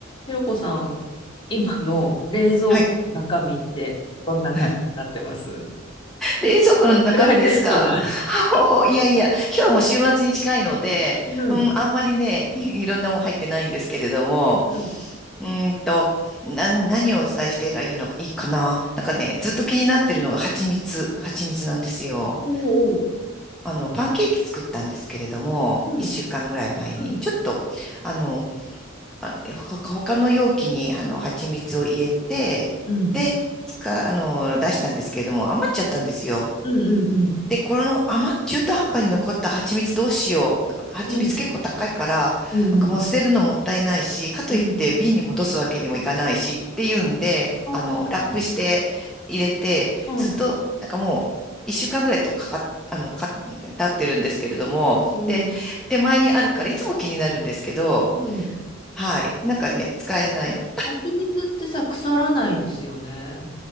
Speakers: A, on the left; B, in the centre.
A: ひろこさん、今の冷蔵庫の中身ってどんな感じになってます
B: はい。<laughs> 冷蔵庫の中身ですかあ
A: プライベートな。
B: ほほ <laughs> いやいや、今日はもう週末に近いので、
A: うん、
B: うん、あんまりね、い、いろんなもん入ってないんですけれども、
A: うん。
B: うーんと、何、何をお伝えしてらいいの、いいかななんかね、ずっと気になってるのが蜂蜜、蜂蜜なんですよ。
A: おうおう。
B: あの、パンケーキ作ったんですけれども、
A: うん、
B: 一週間ぐらい前に、
A: うん、
B: ちょっと、あの、あ、ほか他の容器に、あの、蜂蜜を入れて、
A: うん、
B: で、つか、あの、出したんですけれども、余っちゃったんですよ。
A: うん、うん、
B: で、この余っ、中途半端に残った蜂蜜どうしよう。なんか蜂蜜結構高いから、
A: うん、うん、
B: なんかもう捨てるのもったいないし、
A: うん。
B: かといって瓶に戻すわけにもいかないしっていうんで、
A: うん。あ
B: あの、ラップして入れて、
A: あ、
B: ずっと、
A: うん、
B: なんかもう一週間ぐらいとかかっ、あの、か、経ってるんですけれども、
A: うん、
B: で、手前にあるからいつも気になるんですけど、
A: うん。うん
B: はい。なんかね、
A: でも、
B: 使えないの。
A: 蜂蜜ってさ、腐らないですよね。